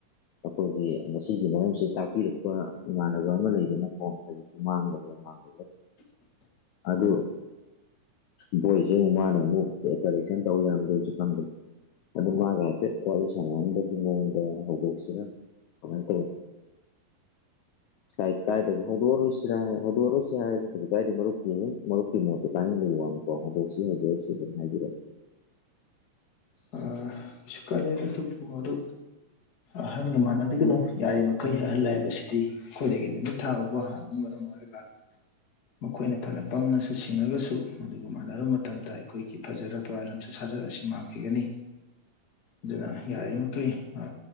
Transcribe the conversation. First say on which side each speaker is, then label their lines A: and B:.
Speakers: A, on the left; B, on the left.
A: ꯑꯩꯈꯣꯏꯒꯤ ꯉꯁꯤꯒꯤ ꯃꯔꯝꯁꯤ ꯇꯥꯛꯄꯤꯔꯛꯄ ꯏꯃꯥꯟꯅꯕ ꯑꯃ ꯂꯩꯗꯅꯀꯣ ꯍꯥꯏ ꯏꯃꯥꯡꯂꯦꯃꯥꯡ <unintelligible>
B: <inaudible>
A: ꯑꯗꯨ ꯚꯣꯏꯁꯤ ꯑꯃꯨꯛ ꯃꯥꯅ ꯑꯃꯨꯛ ꯗꯦꯀꯔꯦꯁꯟ ꯇꯧ ꯂꯩꯔꯝꯗꯣꯢꯅꯦ ꯈꯪꯗꯦ ꯑꯗꯨ ꯃꯥꯒ ꯍꯥꯏꯐꯦꯠ ꯋꯥꯔꯤ ꯁꯥꯟꯅꯕꯒꯤ ꯃꯑꯣꯟꯗ ꯍꯧꯗꯣꯛꯁꯤꯔꯥ ꯑꯖꯨꯃꯥꯢꯅ ꯇꯧꯋꯦ
B: <inaudible>
A: ꯀꯥꯏ ꯀꯥꯏꯗꯕ ꯍꯧꯗꯣꯔꯣꯏꯁꯤꯔꯥ ꯍꯥꯏ ꯍꯧꯗꯣꯔꯣꯏꯁꯤ ꯍꯥꯏꯔꯗꯤ ꯀꯩꯁꯨ ꯀꯥꯏꯗꯦ ꯃꯔꯨꯞꯀꯤꯅꯤ ꯃꯔꯨꯞꯀꯤ ꯃꯣꯠ ꯇꯥꯅꯤꯡꯕꯩ ꯋꯥꯅꯤꯀꯣ ꯍꯧꯗꯣꯛꯁꯤ ꯍꯧꯗꯣꯛꯑꯣꯏꯁꯤ ꯑꯗꯨꯝ ꯍꯥꯏꯕꯤꯔꯛꯎ
B: ꯑꯥ ꯀꯩꯁꯨ ꯀꯥꯏꯗꯦ ꯑꯗꯨꯕꯨ ꯑꯗꯨ ꯑꯍꯟꯒ ꯃꯥꯟꯅꯕꯤꯒꯅꯨ ꯌꯥꯔꯤꯕꯃꯈꯩ ꯑꯍꯜ ꯍꯥꯏꯕꯁꯤꯗꯤ ꯑꯩꯈꯣꯏꯗꯒꯤ ꯅꯨꯃꯤꯠ ꯊꯥ ꯎꯕ ꯍꯥꯟꯕꯅ ꯃꯔꯝ ꯑꯣꯏꯔꯒ ꯃꯈꯣꯏꯅ ꯐꯅ ꯄꯪꯉꯁꯨ ꯁꯤꯡꯉꯒꯁꯨ ꯃꯗꯨꯒ ꯃꯥꯟꯅꯔꯨ ꯃꯇꯝꯗ ꯑꯩꯈꯣꯏꯒꯤ ꯐꯖꯔꯕ ꯂꯝꯆꯠ ꯁꯥꯖꯠ ꯑꯁꯤ ꯃꯥꯡꯈꯤꯒꯅꯤ ꯑꯗꯨꯅ ꯌꯥꯔꯤꯃꯩ ꯑ